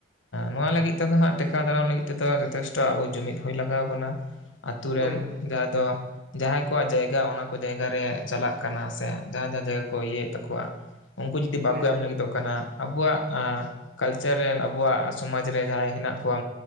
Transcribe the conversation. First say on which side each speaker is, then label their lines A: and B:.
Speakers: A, on the left (about 90°); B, on the right (about 50°).
A: ᱱᱚᱣᱟ ᱞᱟᱹᱜᱤᱫ ᱛᱮᱫᱚ ᱦᱟᱸᱜ ᱴᱮᱠᱟ ᱫᱟᱨᱟᱢ ᱞᱟᱹᱜᱤᱫ ᱛᱮᱫᱚ ᱡᱚᱛᱷᱮᱥᱴᱚ ᱟᱵᱚ ᱡᱩᱢᱤᱫ ᱦᱚᱭ ᱞᱟᱜᱟᱣ ᱟᱵᱚᱱᱟ ᱟᱛᱩᱨ ᱨᱮᱱ
B: ᱦᱳᱭ ᱦᱳᱭ
A: ᱡᱟᱦᱟᱸ ᱫᱚ ᱡᱟᱦᱟᱸᱭ ᱠᱚᱣᱟᱜ ᱡᱟᱭᱜᱟ ᱚᱱᱟ ᱠᱚ ᱡᱟᱭᱜᱟ ᱨᱮ ᱪᱟᱞᱟᱜ ᱠᱟᱱᱟ ᱥᱮ ᱡᱟᱦᱟᱸ ᱡᱟᱦᱟᱸ ᱡᱟᱭᱜᱟ ᱠᱚ ᱤᱭᱟᱹᱭᱮᱫ ᱛᱟᱠᱚᱣᱟ ᱩᱱᱠᱩ ᱡᱩᱚᱫᱤ
B: ᱦᱳᱭ
A: ᱵᱟᱠᱚ
B: ᱦᱳᱭ
A: ᱮᱢ ᱞᱟᱹᱜᱤᱫᱚᱜ ᱠᱟᱱᱟ ᱟᱵᱚᱣᱟᱜ ᱠᱟᱞᱪᱟᱨ ᱨᱮᱱ ᱟᱵᱚᱣᱟᱜ ᱥᱚᱢᱟᱡᱽ ᱨᱮ ᱡᱟᱦᱟᱸᱭ ᱦᱮᱱᱟᱜ ᱠᱚᱣᱟ